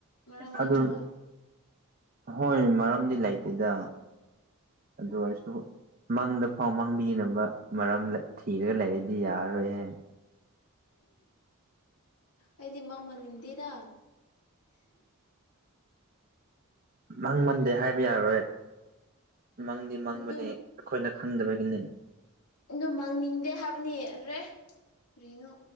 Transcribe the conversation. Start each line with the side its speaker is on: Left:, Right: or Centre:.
Left: ꯃꯔꯝ ꯂꯩꯇ꯭ꯔꯒ
Right: ꯑꯗꯨ ꯍꯣꯏ ꯃꯔꯝꯗꯤ ꯂꯩꯇꯦꯗ ꯑꯗꯨ ꯑꯣꯏꯔꯁꯨ ꯃꯪꯗ ꯐꯥꯎ ꯃꯥꯡꯕꯤꯅꯕ ꯃꯔꯝ ꯂꯩ ꯊꯤꯔꯒ ꯂꯩꯔꯗꯤ ꯌꯥꯔꯔꯣꯏꯍꯦ
Left: ꯑꯩꯗꯤ ꯃꯪ ꯃꯪꯅꯤꯡꯗꯦꯗ
Right: ꯃꯪ ꯃꯟꯗꯦ ꯍꯥꯏꯕ ꯌꯥꯔꯣꯏ ꯃꯪꯗꯤ ꯃꯪꯕꯅꯦ
Left: ꯑꯗꯨ
Right: ꯑꯈꯣꯏꯅ ꯈꯪꯗꯕꯒꯤꯅꯦ
Left: ꯑꯗꯨ ꯃꯪꯅꯤꯡꯗꯦ ꯍꯥꯏꯕꯅꯦ ꯑꯔꯦ ꯀꯔꯤꯅꯣ